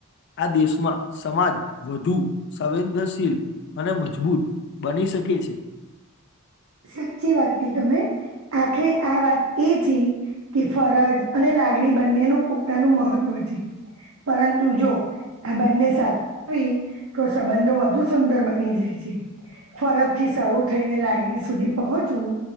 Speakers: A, on the left (about 55°); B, on the right (about 75°).
A: આ દેશમાં સમાજ વધુ સંવેદનશીલ અને મજબૂત બની શકે છે.
B: સાચી વાત કહી તમે આખરે આ વાત એ છે કે ફરજ આ ને લાગડી બંનેનું પોતાનું મહત્વ છે પરંતુ જો આ બંને સાથ આવી તો સંબંધો વધુ સુંદર બની જાય છે ફરજથી શરૂું થઈને લાગ લાગણી સુધી પહોંચવું